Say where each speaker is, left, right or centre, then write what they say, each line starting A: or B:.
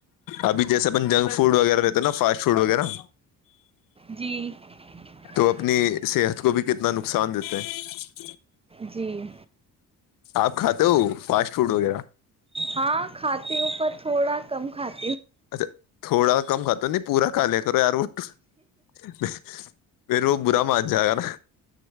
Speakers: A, on the left; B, on the right.
A: ابھی جیسے اپن جنک فوڈ وغیرہ رہتے <inaudible> نا فاسٹ فوڈ وغیرہ <inaudible>
B: جی <inaudible>
A: تو اپنی صحت کو بھی کتنا نقصان دیتے ہیں <inaudible>
B: جی
A: آپ کھاتے ہو فاسٹ فوڈ وغیرہ
B: ہاں کھاتیوپر <inaudible> تھوڑا کم کھات <inaudible>
A: اچھا تھوڑا رکم کھاتو نہیں پورا کا لیا کرو ار <unintelligible> <inaudible> پھر وہ برا مان جائے گا نا